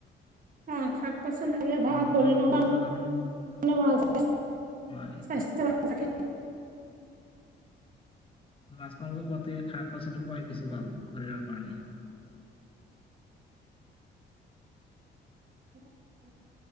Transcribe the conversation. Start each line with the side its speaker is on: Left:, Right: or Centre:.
Right: অ', খাত পচন্দাল
Left: আৰু
Right: ভ
Left: আমাৰ
Right: খৰি
Left: গাঁৱত
Right: ন
Left: বিভিন্ন ধৰণৰ
Right: <unintelligible> <unintelligible> <unintelligible>
Left: হয়
Right: স্বাস্থ্য থাক <unintelligible>
Left: মাছ-মাংস খোৱাতকে শাক-পাচলি খোৱাই বেছি ভাল, শৰীৰৰ কাৰণে।
Right: <unintelligible>